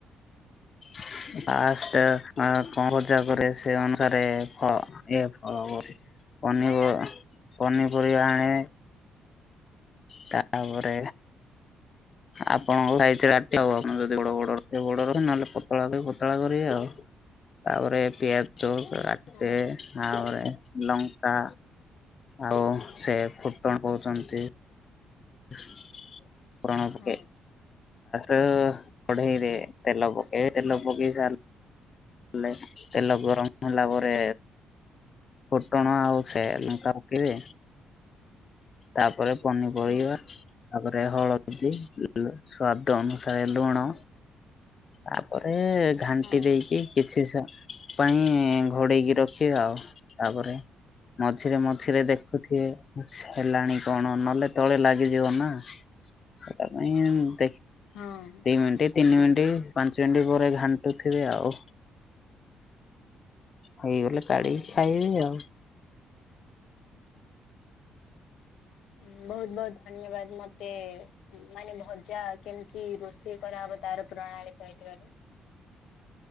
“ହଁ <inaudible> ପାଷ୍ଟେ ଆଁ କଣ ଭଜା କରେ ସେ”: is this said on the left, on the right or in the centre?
Left